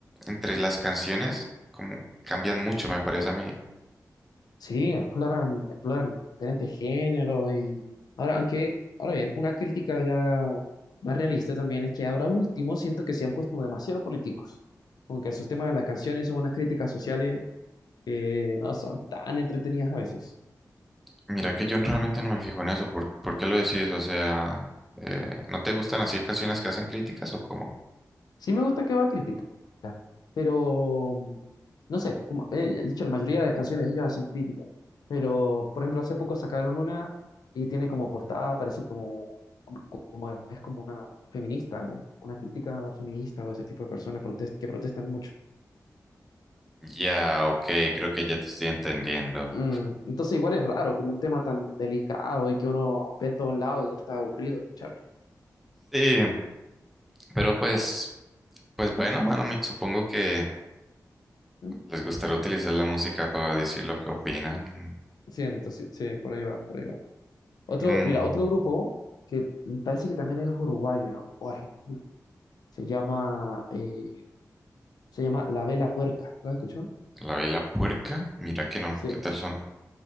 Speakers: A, in the centre; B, on the left.
A: entre las canciones, como cambian mucho, me parece a mí.
B: Sí, exploran, exploran diferentes géneros y ahora, aunque, ahora bien, una crítica ya más realista también es que ahora último siento que se han puesto demasiado políticos, aunque sus temas de las canciones son unas críticas sociales que no son tan entretenidas a veces.
A: Mira que yo realmente no me fijo en eso. ¿Por, por qué lo decís? O sea, eh, ¿no te gustan así canciones que hacen críticas o cómo?
B: Sí me gusta que haga crítica, pero mm, no sé, como, eh, de hecho, la mayoría de canciones de ellos hacen crítica, pero por ejemplo, hace poco sacaron una y tiene como portada, parece como, como es como una feminista, como una crítica a la feminista o ese tipo de personas protest- que protestan mucho.
A: Ya, ok, creo que ya te estoy entendiendo.
B: Mm, entonces igual es raro, como un tema tan delicado y que uno ve en todos lados y ya está aburrido de escucharlo.
A: Sí, pero pues, pues bueno, mano, me- supongo que
B: ¿Mm?
A: les gustará utilizar la música para decir lo que opinan.
B: Sí, entonces, sí, por ahí va, por ahí va. Otro,
A: Mm,
B: mira, otro grupo que parece que también es uruguayo, ¿no? O argentino Se llama, eh, se llama La Vela Puerca. ¿Lo has escuchado?
A: la vela puerca, mira que no,
B: Sí,
A: ¿qué tal son?